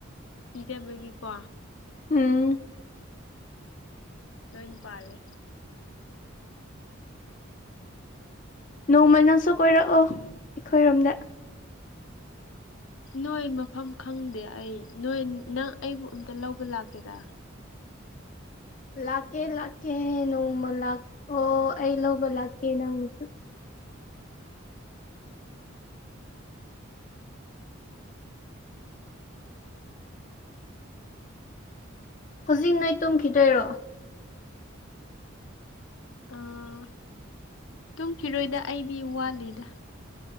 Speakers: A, on the left; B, on the left.
A: ꯄꯤꯗꯕꯒꯤꯀꯣ
B: ꯎꯝ
A: ꯂꯣꯏꯅꯄꯥꯂꯦ
B: ꯅꯣꯡꯃ ꯅꯪꯁꯨ ꯀꯣꯏꯔꯛꯑꯣ ꯑꯩꯈꯣꯏꯔꯣꯝꯗ
A: ꯅꯣꯏ ꯃꯐꯝ ꯈꯪꯗꯦ ꯑꯩ ꯅꯣꯏ ꯅꯪ ꯑꯩꯕꯨ ꯑꯝꯇ ꯂꯧꯕ ꯂꯥꯛꯀꯦꯔꯥ
B: ꯂꯥꯛꯀꯦ ꯂꯥꯛꯀꯦ ꯅꯣꯡꯃ ꯂꯥꯛ ꯑꯣ ꯑꯩ ꯂꯧꯕ ꯂꯥꯛꯀꯦ ꯅꯪꯃꯁꯨ ꯍꯧꯖꯤꯛ ꯅꯣꯏ ꯇꯨꯝꯈꯤꯗꯣꯏꯔꯣ
A: ꯑꯥ ꯇꯨꯝꯈꯤꯔꯣꯏꯗ ꯑꯩꯗꯤ ꯋꯥꯠꯂꯤꯗ